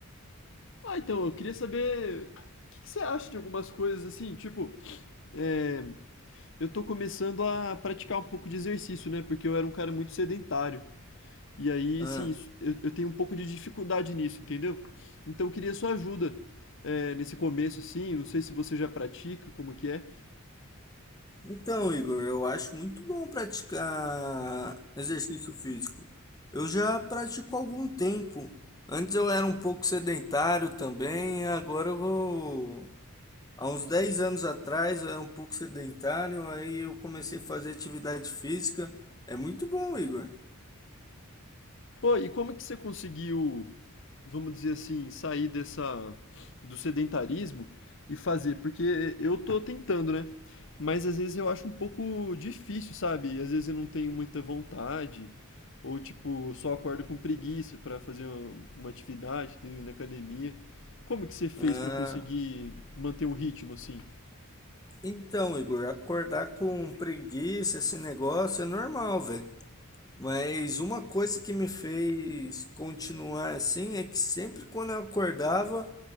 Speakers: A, on the left; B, on the left.
A: Ah, então, eu queria saber o que que você acha de algumas coisas assim, tipo, é, eu tô começando a praticar um pouco de exercício, né? Porque eu era um cara muito sedentário. E aí,
B: Ah,
A: sim, isso- eu, eu tenho um pouco de dificuldade nisso, entendeu? Então, eu queria sua ajuda é, nesse começo, assim. Não sei se você já pratica, como que é.
B: então, Igor, eu acho muito bom praticar exercício físico. Eu já pratico há algum tempo. Antes eu era um pouco sedentário também, agora eu vou... Há uns 10 anos atrás eu era um pouco sedentário, aí eu comecei a fazer atividade física. É muito bom, Igor.
A: Pô, e como é que você conseguiu, vamos dizer assim, sair dessa do sedentarismo e fazer? Porque eu tô tentando, né? Mas às vezes eu acho um pouco difícil, sabe? Às vezes eu não tenho muita vontade, ou tipo, só acordo com preguiça pra fazer uma, uma atividade, ir na academia. Como que você fez
B: Hum.
A: pra conseguir manter um ritmo assim?
B: Então, Igor, acordar com preguiça, esse negócio é normal, velho. Mas uma coisa que me fez continuar assim é que sempre quando eu acordava,